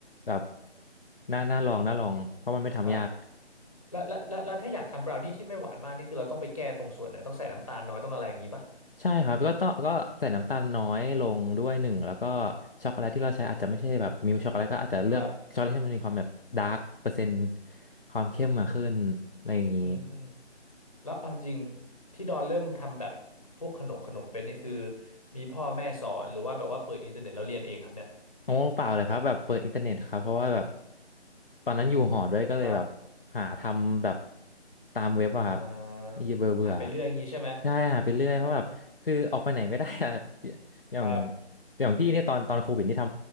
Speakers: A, on the left; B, on the left.
A: แบบน่าน่าลองน่าลองเพราะมันไม่ทำยาก
B: ครับแล้วแล้วแล้วแล้วถ้าอยากทำบราวนี่ที่ไม่หวานมากนี่คือเราต้องไปแก้ตรงส่วนไหนต้องใส่น้ำตาลน้อยต้องอะไรอย่างงี้ปะ
A: ใช่ครับก็ต้องก็ใส่น้ำตาลน้อยลงด้วยหนึ่งแล้วก็ช็อกโกแลตที่เราใช้อาจจะไม่ใช่แบบมิลช็อกโกแลตก็อาจจะเลือกช็อกโกแลตที่มันมีความแบบดาร์กเปอร์เซ็นต์
B: ครับ
A: ความเข้มมาขึ้นอะไรอย่างนี้
B: อืม แล้วเอาจริงที่ดอนเริ่มทำแบบพวกขนมขนมเป็นนี่คือมีพ่อแม่สอนหรือว่าแบบว่าเปิดอินเทอร์เน็ตแล้วเรียนเองครับเนี่ย
A: โอ้เปล่าเลยครับแบบเปิดอินเทอร์เน็ตครับเพราะว่าแบบตอนนั้นอยู่หอด้วยก็เลยแบบ
B: ครับ
A: หาทำแบบตามเว็บอะครับ
B: อ่าหาไปเรื่อยอย่างนี้ใช่ไหม
A: เบื่อเบื่อใช่หาไปเรื่อยเพราะแบบคือออกไปไหนไม่ได้อะ <laughs> อย่าง
B: ครับ
A: อย่างพี่เนี่ยตอนตอนโควิดนี่ท